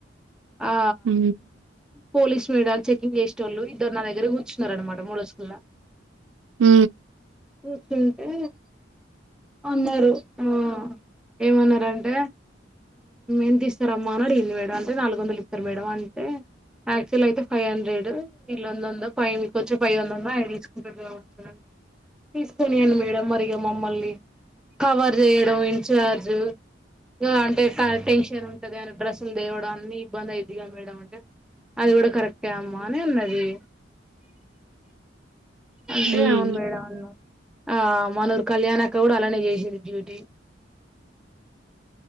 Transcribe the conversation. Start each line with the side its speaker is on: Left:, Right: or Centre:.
Centre: ఆ
Right: ఉ
Centre: పోలీస్ చెకింగ్ చేసెటోళ్ళు ఇద్దరు నా దగ్గర కూర్చున్నారు అన్నమాట మూజకుల్లా
Right: ఉ
Centre: పూర్తయితే అన్నరు ఆ ఏమన్నరంటే ఎంత ఇస్తారమ్మా అని అడిగింది మేడం అంటే నాలుగు వందలు ఇస్తారు మేడం అంటే యాక్చువల్ అయితే ఫైవ్ హండ్రెడ్ వీల్ల వంద వంద పైవ్ మీకు వచ్చే పైవ్ వందంద ఆయన తీసుకుంటారు కావచ్చుండి తీసుకొనియాను మేడం మరిగా మమ్మల్ని కవర్ చేయడం ఇన్ఛార్జ్ ఇ అంటే టెన్షన్ ఉంటది కానీ డ్రస్సులు దేవడం అన్ని ఇబ్బంది ఇదిగా మేడం అంటే అది కూడా కరెక్టే అమ్మా అనే అన్నది అంతే
Right: హ్మ్.
Centre: అవును మేడం అవును ఆ మనూరు కళ్యాణ అక్క కూడా అలానే చేసింది డ్యూటీ